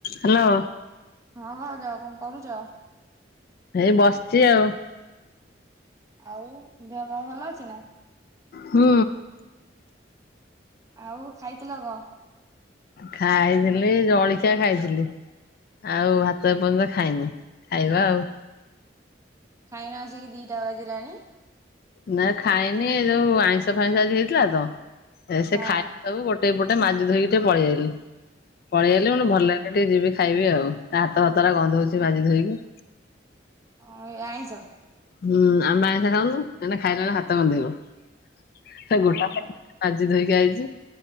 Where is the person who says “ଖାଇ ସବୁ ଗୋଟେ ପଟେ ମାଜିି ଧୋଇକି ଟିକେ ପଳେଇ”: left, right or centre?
Left